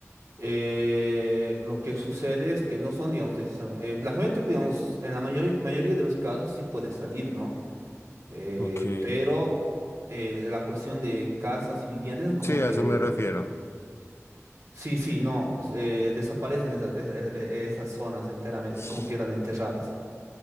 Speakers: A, on the right (about 75°); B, on the left (about 55°).
A: Eh, lo que sucede es que no son, digamos, deslizam- eh, la gente, digamos, en la mayor- mayoría de los casos sí puede salir, ¿no? Eh,
B: Ok.
A: pero eh, la cuestión de casas y viviendas es como
B: Sí, a
A: que...
B: eso me refiero.
A: Sí, sí, no, eh, desaparecen esas, esa- e- e- esas zonas enteramente,
B: Ish.
A: es como quedan enterradas.